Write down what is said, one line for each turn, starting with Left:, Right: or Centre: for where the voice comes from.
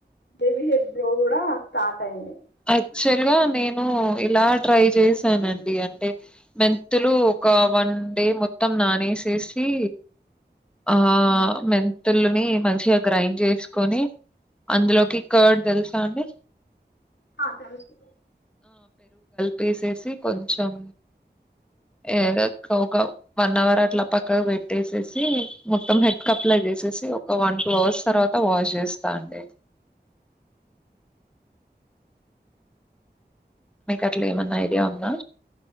Left: బేబి హెయిర్ గ్రో కూడా స్టార్ట్ అయింది.
Centre: అక్చువల్ గా నేను ఇలా ట్రై చేశానండి అంటే మెంతులు ఒక వన్ డే మొత్తం నానేసేసి ఆ మెన్ మెంతులనీ మంచిగా గ్రైండ్ జేసి తీసుకొని అందులోకి కర్డ్ తెలుసా అండి.
Left: హ తెలుసు
Centre: తిసేసి కొంచెం ఎ ఒక వన్ అవర్ అట్లా పక్కకు పెట్టేసేసి మొత్తం హెడ్క్ అప్లై చేసేసి ఒక వన్ టూ అవర్స్ తర్వాత వాష్ చేస్తా అండి మీకు అట్ల ఏమన్నా ఐడియా ఉందా